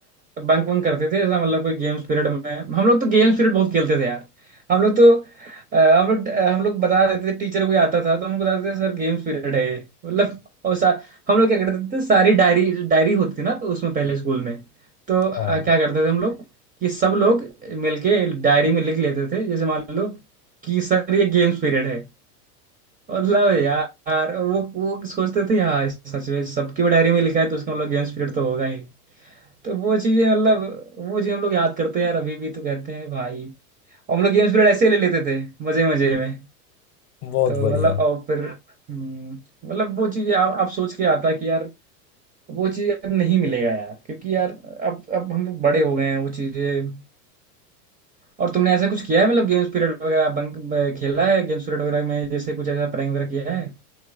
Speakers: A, on the right; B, on the left.
A: बंक वंक करते थे ऐसा मतलब कोई गेम्स पीरियड में हम लोग तो गेम्स पीरियड बहुत खेलते थे यार हम लोग तो अ, हम लोग हम लोग बता देते थे टीचर कोई आता था तो हमको बताते थे सर गेम्स पीरियड है ये मतलब और सा, हम लोग क्या करते थे सारी डायरी डायरी होती थी ना उसमें पहले स्कूल में तो अ,
B: हाँ,
A: क्या करते थे हम लोग कि सब लोग मिलके डायरी में लिख लेते थे जैसे मान लो कि सर ये गेम्स पीरियड है मतलब यार और वो वो सोचते थे यार सच में सबकी डायरी में लिखा है तो उसका मतलब गेम्स पीरियड तो होगा ही तो वो चीजें मतलब वो चीज हम लोग याद करते हैं यार अभी भी तो कहते हैं भाई और हम लोग गेम्स पीरियड ऐसे ही ले लेते थे मजे मजे में
B: बहुत
A: तो
B: बढ़िया
A: मतलब और फिर हम्म, मतलब वो चीजें आप आप सोच के आता है कि यार वो चीज अब नहीं मिलेगा यार क्योंकि यार अब अब हम लोग बड़े हो गए हैं वो चीजें और तुमने ऐसा कुछ किया है मतलब गेम्स पीरियड वगैरह बंक ब- खेला है गेम्स पीरियड वगैरह में जैसे कुछ ऐसा प्रैंक वगैरह किया है